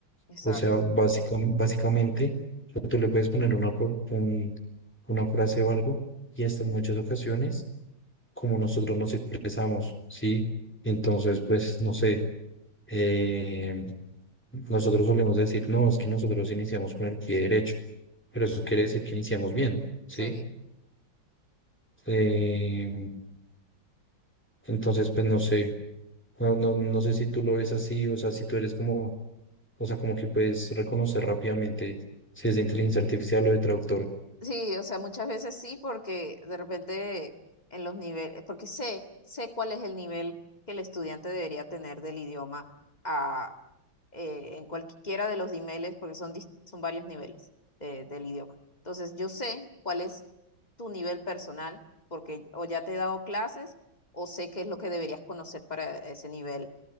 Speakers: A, on the left; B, in the centre.
A: exacto.
B: O sea, básica- básicamente, o sea, tú le puedes poner una, pro- un- una frase o algo y hasta en muchas ocasiones, como nosotros nos expresamos, ¿sí? Entonces, pues, no sé, eh, nosotros solemos decir, no, es que nosotros iniciamos con el pie derecho, pero eso quiere decir que iniciamos bien, ¿sí?
A: Sí.
B: Eh, entonces, pues, no sé, no, no, no sé si tú lo ves así, o sea, si tú eres como O sea, como que puedes reconocer rápidamente si es de inteligencia artificial o de traductor.
A: Sí, o sea, muchas veces sí, porque de repente en los niveles, porque sé, sé cuál es el nivel que el estudiante debería tener del idioma a, eh, en cualquiera de los niveles, porque son, dis- son varios niveles de- del idioma. Entonces, yo sé cuál es tu nivel personal, porque o ya te he dado clases, o sé qué es lo que deberías conocer para ese nivel